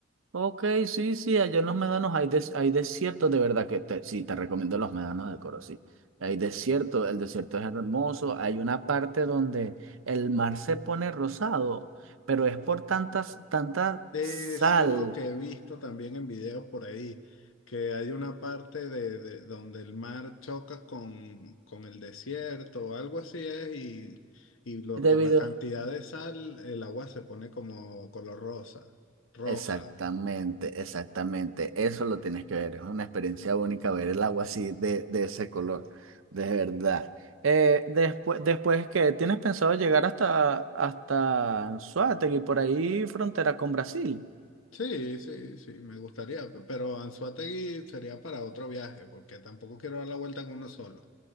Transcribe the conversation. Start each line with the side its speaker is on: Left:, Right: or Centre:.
Right: Ok, sí, sí, allá en los médanos hay, des- hay desiertos, de verdad que te- sí, te recomiendo los médanos de Coro, sí. Hay desierto, el desierto es hermoso, hay una parte donde el mar se pone rosado, pero es por tantas, tanta
Left: Sí,
Right: sal
Left: Eso es lo que he visto también en videos por ahí, que hay una parte de, de- donde el mar choca con, con el desierto, o algo así es, y, y lo,
Right: debido
Left: por la cantidad de sal el agua se pone como color rosa, roja.
Right: Exactamente, exactamente. Eso lo tienes que ver. Es una experiencia única ver el agua así de, de ese color. De verdad. Eh, después, después que tienes pensado llegar hasta, hasta Anzoátegui, por ahí frontera con Brasil.
Left: Sí, sí, sí, me gustaría, pe- pero Anzoátegui sería para otro viaje, porque tampoco quiero dar la vuelta con uno solo.